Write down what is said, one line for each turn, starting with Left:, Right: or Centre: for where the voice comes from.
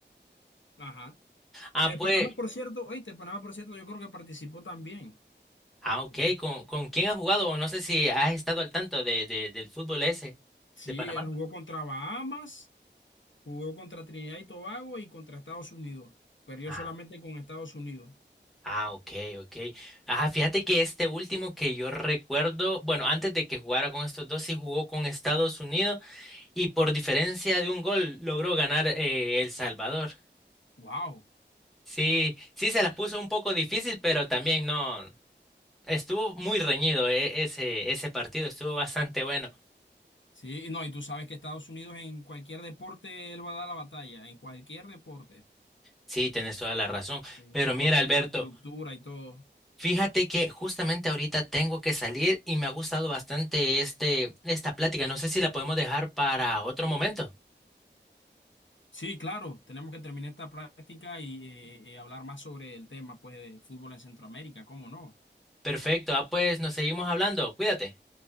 Left: Ajá.
Centre: Ah,
Left: Eh,
Centre: pues,
Left: Panamá, por cierto, oíste, Panamá, por cierto, yo creo que participó también.
Centre: ah, ok,
Left: Él jugó-
Centre: ¿con, con quién has jugado? O No sé si has estado al tanto de, de- del fútbol ese
Left: Sí,
Centre: de Panamá.
Left: él jugó contra Bahamas, jugó contra Trinidad y Tobago y contra Estados Unidos. Perdió
Centre: Ah,
Left: solamente con Estados Unidos.
Centre: ah, ok, ok. Ajá, fíjate que este último que yo recuerdo, bueno, antes de que jugara con estos dos, sí jugó con Estados Unidos y por diferencia de un gol logró ganar eh, El Salvador.
Left: Wow.
Centre: Sí, sí se las puso un poco difícil, pero también no. Estuvo muy reñido eh, ese, ese partido, estuvo bastante bueno.
Left: Sí, y no, y tú sabes que Estados Unidos en cualquier deporte él va a dar la batalla, en cualquier deporte,
Centre: Sí, tienes toda la razón.
Left: de-
Centre: Pero mira,
Left: por su
Centre: Alberto,
Left: infraestructura y todo.
Centre: fíjate que justamente ahorita tengo que salir y me ha gustado bastante este, esta plática. No sé si la podemos dejar para otro momento.
Left: Sí, claro, tenemos que terminar esta práctica y eh, eh, hablar más sobre el tema, pues, de fútbol en Centroamérica, ¿cómo no?
Centre: Perfecto, ah, pues nos seguimos hablando. Cuídate.